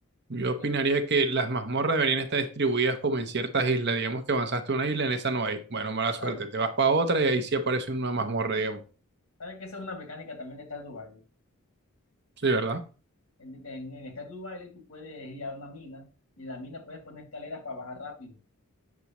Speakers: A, on the right; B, on the left.
A: Yo opinaría
B: Que,
A: que las mazmorras deberían estar distribuidas como en ciertas islas. Digamos que avanzaste a una isla, en esa no hay. Bueno, mala suerte.
B: ¿Sabes?
A: Te vas para otra y ahí sí aparece una mazmorra, digamos.
B: ¿Sabes que esa es una mecánica también de Stardew Valley?
A: Sí, ¿verdad?
B: En, en, en Stardew Valley tú puedes ir a una mina y en la mina puedes poner escaleras para bajar rápido.